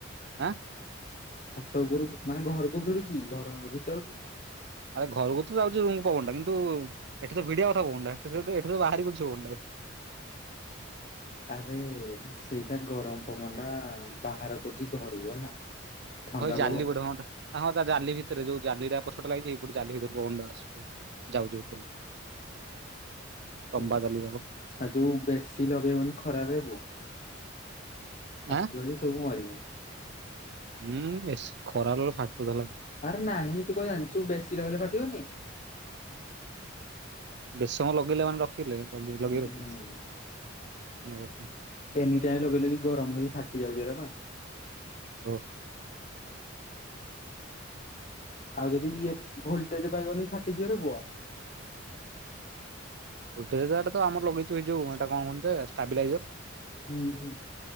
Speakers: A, on the right (about 60°); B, on the left (about 40°).
A: ଏଁ।
B: ଛାତ ଉପରୁ ମାନେ ଘରକୁ ଭିଡୁଛି ଘର ଭିତରକୁ।
A: ଆରେ ଘରକୁ ତ ଯାଉଛି ରୁମକୁ ପବନା କିନ୍ତୁ ଏଠି ତ ଭିଡିଆ କଥା ପବନଟା ଏଠି ତ ବାହାରି କୁଚି ପବନ ଟା।
B: ଆରେ ସେଇଟା ଗରମ ପବନ ଟା ବାହାର କରୁଛି ଘରୁ ହେଲା। ଥଣ୍ଡା
A: ହଁ ଜାଲି
B: ପବନ
A: ଗୋଟେ ହଁ ତା ହଁ ତା ଜାଲି ଭିତରେ ଯୋଉ ଜାଲି ଉରା ପଛଟେ ଲାଗିଛି ଜାଲି ଭିତରେ ପବନ ଟା ଆଶୁ। ଯାଉଛୁ ତମ୍ବା
B: ବୁଝ
A: ଜାଲି ଗୁରକ୍।
B: ଆଉ ଯୋଉ ବେଶୀ ଲଗେଇବନି ଖରାରେ ପୁଅ ଫାଟି
A: ଆଁ
B: ବ ଯେ ସବୁ ମରିବ।
A: ହୁଁ ଏ ଖରା ଫାଟୁ ଥିଲା।
B: ଆରେ ନାହିଁ ତୁ କ ଜାଣିଛୁ ବେଶୀ ଲଗେଇଲେ ଫାଟିବନି।
A: ବେଶୀ ସମୟ ଲଗେଇଲେ ମାନେ ରଖିଲେ ଲଗେଇ
B: ହୁଁ
A: ରଖିଲେ
B: ହୁଁ
A: ଓ
B: ଏନି ଟାଇମ ଲଗେଇଲେ କି ଗରମ ହେଇକି ଫାଟି ଏରା ବା।
A: ଓ
B: ଆଉ ଯଦି ଇଏ ଭୋଲଟେଜ ପାଇବନି ଫାଟିଯିବ ରେ ପୁଅ।
A: ଭୋଲଟେଜଟା ତ ଆମର ଲଗେଇଛୁଇ ଏ ଯଉ ଏଇଟା କଣ କେ ଷ୍ଟାବିଲାଇଜର।
B: ହୁଁ ହୁଁ।